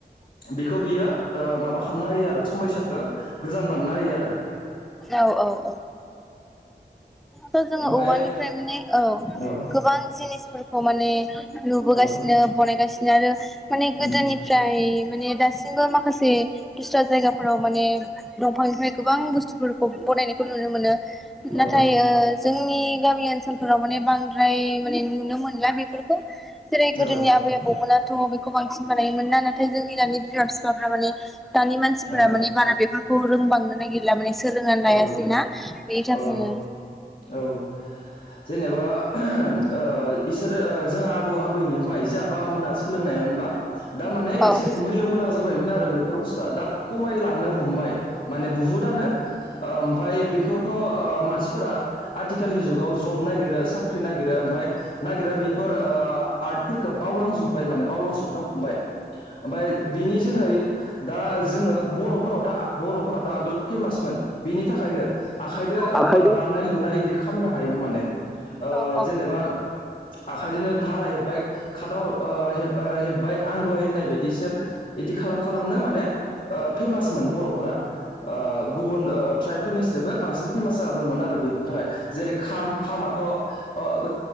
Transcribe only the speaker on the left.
बेखौ बियो ओ माबा खामना होयो आरो समायसा खो गोजान बानना होयो आरो
ओमफाय
औ
औ
उम
औ
औ
औ
औ
औ औ जेने बा ओ इसोरो जोंहा आबौ आबैनिफ्राय जाब बाबा मोना सोलोंनायमोनबा दा माने
एसे मैल' गोनां जा बायमोनआरो बेउ फोर बुस्थुआ दा कमाय लांनो हमबाय। माने बुहुतआनो। ओमफाय बेखौथ' ओ मानसिफोरा। आथिखालनि जुगाव जब नागिरो साख साख्रि नागिरो ओमफाय नागिरा बेफोर आर्टफोरखौ बावलांजोब्बाय माने बावलांजोबनो हमबाय ओमफाय बेनि जोहै दा जोङो बर'फोरावथ' बर'फोराथ' आगोल फेमासमोन। बिनि थाखायनो। आखाइदो
ओ दानाय लुनाय बिदि खालामनो हायोमोन माने। ओ
जेनेबा। आखाइदोनो धारा हेबबाय खादाव ओ हेब-हेबबाय आं दहाय होननाय बायदिसेम। बिदि खालाम खालामनो
माने। ओ फेमास मोन बर'फोरा। ओ गुबुन ओ फोरनिसेबो बांसिन फेमास जा दंमोन आरो बेफोरनि थाखाय जेरै खाम खामाथ' अ